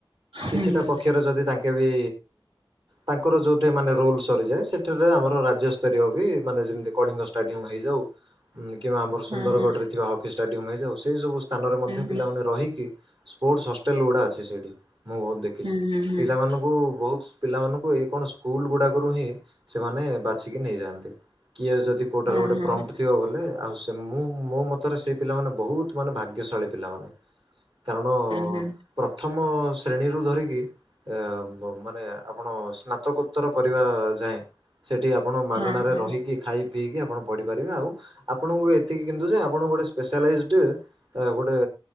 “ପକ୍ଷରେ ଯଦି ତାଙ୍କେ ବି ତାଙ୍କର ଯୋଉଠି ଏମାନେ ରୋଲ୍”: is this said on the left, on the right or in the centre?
Right